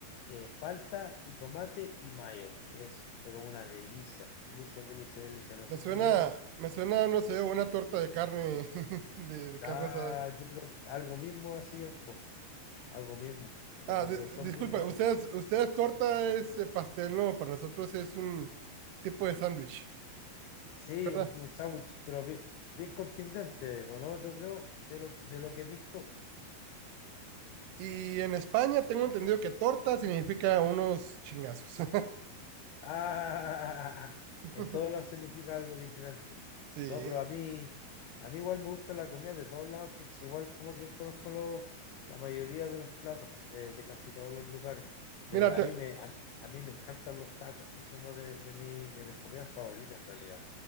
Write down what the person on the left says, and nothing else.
eh, palta y tomate y mayo, que es pero una delicia, delicia, delicia, delicia. No sé
si tienen,
ah,
yo creo que algo mismo así es, po, algo mismo, no,
pero son
muy buenos.
Sí,
un, un sándwich, pero bien, bien contundente, ¿o no? Yo creo, de lo, de lo que he visto.
Ah, <laughs>
en todos lados significa algo diferente.
No, pero a mí, a mí igual me gusta la comida de todos lados, entonces igual como que conozco los- la mayoría de los platos de, de casi todos los lugares. Le-
a
mí me, a, a mí me encantan los tacos, es uno de, de, mi- de mis comidas favoritas en realidad.